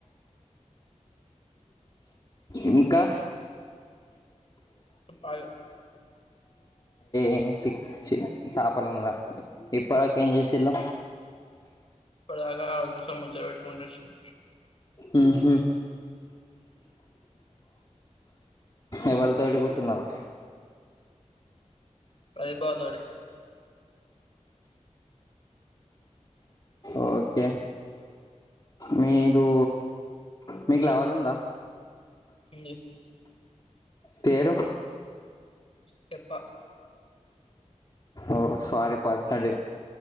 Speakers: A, on the left; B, on the left.
A: ఇంకా
B: పాలు
A: ఏంచిక్ చి చేపలన్నరా ఇప్పటి దాకా ఏం చేసిళ్ళు
B: ఇప్పడిదాక ఆడ కుసోని ముచ్చట పెట్టుకుంటొచ్చినం
A: ఊహు ఎవళ్తోటి కూసునరు
B: రవి బావ తోటి
A: ఓకే మీరు మీకు
B: ఉమ్
A: లవరుంద
B: ఉంది
A: పేరు
B: చెప్ప
A: ఓ సారీ పర్సనల్